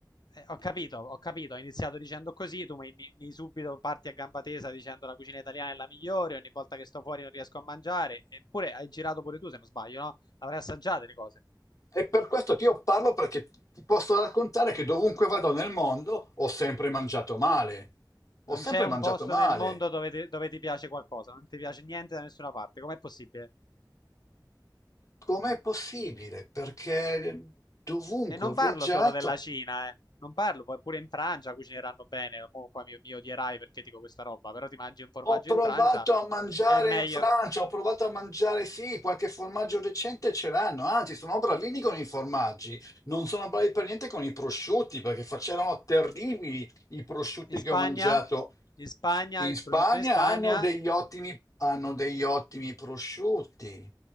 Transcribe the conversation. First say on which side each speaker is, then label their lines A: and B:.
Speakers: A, on the left (about 65°); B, on the left (about 45°).
A: Eh, ho capito, ho capito, ho iniziato dicendo così, tu mi, mi- mi subito parti a gamba tesa dicendo la cucina italiana è la migliore, ogni volta che sto fuori non riesco a mangiare, eppure hai girato pure tu se non sbaglio, no? Avrai assaggiato le cose.
B: E per questo ti io parlo perché ti posso raccontare che dovunque vado nel mondo ho sempre mangiato male.
A: Non
B: Ho sempre
A: c'è un
B: mangiato
A: posto
B: male.
A: nel mondo dove ti, dove ti piace qualcosa, non ti piace niente da nessuna parte, com'è possibile?
B: Com'è possibile? Perché dovunque
A: E non
B: ho viaggiato
A: parlo solo della Cina, eh. Non parlo, poi pure in Francia cucineranno bene, mo qua mi, mi odierai perché dico questa roba, però ti mangi un formaggio
B: Ho provato
A: in Francia,
B: a mangiare
A: è meglio...
B: in Francia, ho provato a mangiare, sì, qualche formaggio decente ce l'hanno, anzi sono bravini
A: I-
B: con i formaggi, non sono bravi per niente con i prosciutti, perché facevano terribili i prosciutti
A: In Spagna?
B: che ho mangiato.
A: In Spagna,
B: In
A: il
B: Spagna
A: prosciutto in Spagna
B: hanno degli ottimi, hanno degli ottimi prosciutti.